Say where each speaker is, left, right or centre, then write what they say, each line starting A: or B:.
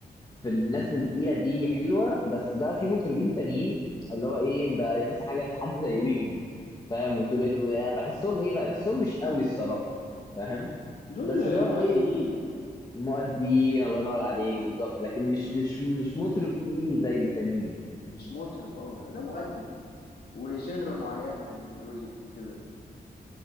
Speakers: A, on the left; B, on the left.
A: في الناس التقيله دي حلوه بس بقى في مطربين تانيين اللي هو ايه بقى مثلا حاجه زي- حد زي ويجز فاهم وتوليت بحسهم ايه بقى بحسهم مش قوي الصراحه فاهم
B: دول
A: بس اللي
B: مؤديين
A: هو ايه مؤديين الله ينور عليك بالظبط لكن مش مش مش مطرب تقيل زي التانيين
B: مش مطرب اه ده مؤدي وجنرا معينة من الميوزك كده